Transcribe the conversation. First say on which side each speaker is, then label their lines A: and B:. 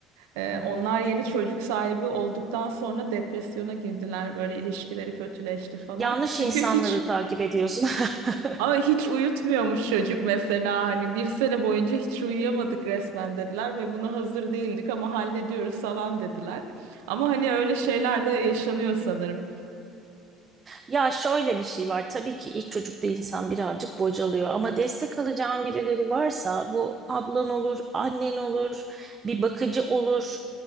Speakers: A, on the right (about 90°); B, on the right (about 30°).
A: E,
B: Hı hı.
A: onlar yeni çocuk sahibi olduktan sonra depresyona girdiler. Böyle ilişkileri kötüleşti falan.
B: Yanlış
A: Çünkü
B: insanları
A: hiç
B: takip ediyorsun. <laughs>
A: Aa, hiç uyutmuyormuş çocuk mesela hani bir sene boyunca hiç uyuyamadık resmen dediler ve buna hazır değildik ama hallediyoruz falan dediler. Ama hani öyle şeyler de yaşanıyor sanırım.
B: Ya şöyle bir şey var. Tabii ki ilk çocukta insan birazcık bocalıyor ama destek alacağın birileri varsa bu ablan olur, annen olur, bir bakıcı olur.